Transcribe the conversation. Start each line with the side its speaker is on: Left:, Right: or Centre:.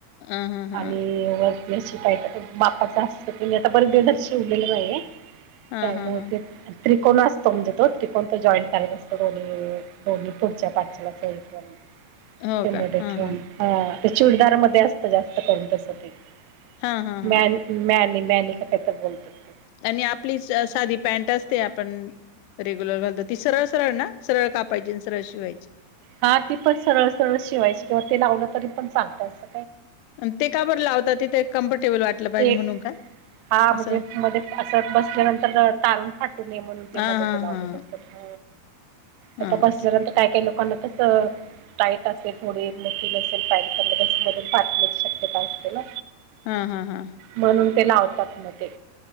Left: हा हा हा
Right: आणि वर <inaudible> शी काय बाप्पाचं हत त्यांनी आता बरग दर् शवलेलं नाही <inaudible>
Left: हा
Right: त्यामुळे
Left: हा हा
Right: ते त्रिकोण असतो म्हणजे तो त्रिकोण त जॉईंट करायचा असतो दोन्ही दोन्ही पुढच्या पाठच्याला सई करून
Left: हो
Right: ते
Left: का
Right: मद
Left: हा
Right: ठेन
Left: हा
Right: ह <inaudible> चिडदार मध्ये असत जास्त करून तस ते <inaudible>
Left: हा हा
Right: मॅनी
Left: हा
Right: का तर बोलतात <inaudible>
Left: आणि आपलीच साधी पॅन्ट असते आपण रेग्युलर घालतो ती सरळ सरळ ना सरळ कापायची आणि सरळ शिवायची
Right: हा ती पण सरळ सरळ शिवायची किंवा ते लावलं तरी पण चालत अस
Left: ते का बरं लावता तिथे कम्फर्टेबल वाटलं
Right: ते
Left: पाहिजे म्हणून का
Right: हा म्हणजे
Left: असं
Right: मध्ये असं बसल्यानंतर तारून फाटू नये म्हणून ते
Left: हा
Right: मदे
Left: हा
Right: त लावलेले
Left: हा
Right: असत
Left: हा
Right: आता बसल्यानंतर काय काय ल अससं टाईट असेल थोडी मोठी नसेल पँट तर मधून पाठण्याची शक्यता असते ना
Left: हा हा हा
Right: म्हणून ते लावतात म ते